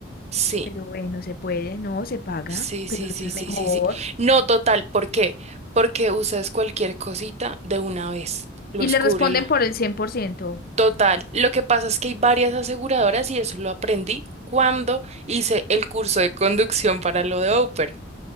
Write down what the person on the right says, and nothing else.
sí,
sí,
sí,
sí,
sí,
sí, sí. No, total, ¿por qué? Porque usas cualquier cosita de una vez, los
cúbrela.
Total, lo que pasa es que hay varias aseguradoras y eso lo aprendí cuando hice el curso de conducción para lo de Oper.